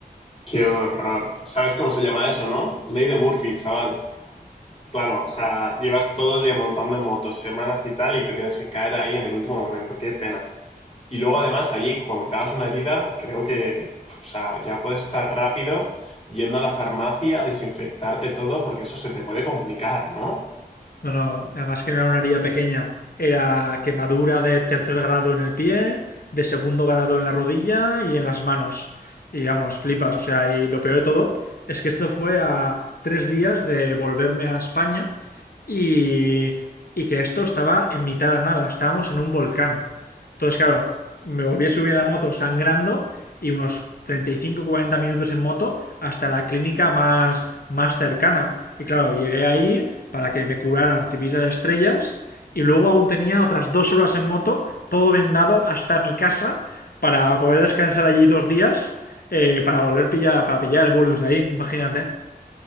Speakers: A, on the left; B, on the left.
A: Qué horror. ¿Sabes cómo se llama eso, no? Ley de Murphy, chaval. Claro, o sea, llevas todo el día montando en motos, semanas y tal, y te tienes que caer ahí en el último momento. Qué pena. Y luego además allí, cuando te hagas una herida, creo que o sea, ya puedes estar rápido yendo a la farmacia a desinfectarte todo porque eso se te puede complicar, ¿no?
B: No, no, además que no era una herida pequeña, era quemadura de tercer grado en el pie, de segundo grado en la rodilla y en las manos. Y vamos, flipas, o sea, y lo peor de todo es que esto fue a tres días de volverme a España y, y que esto estaba en mitad de la nada, estábamos en un volcán. Entonces, claro, me volví a subir a la moto sangrando y unos treinta y cinco cuarenta minutos en moto hasta la clínica más, más cercana. Y claro, llegué ahí para que me curaran, que vi las estrellas y luego aún tenía otras dos horas en moto, todo vendado hasta mi casa para poder descansar allí dos días eh, para volver a pillar, para pillar el vuelo desde ahí, imagínate.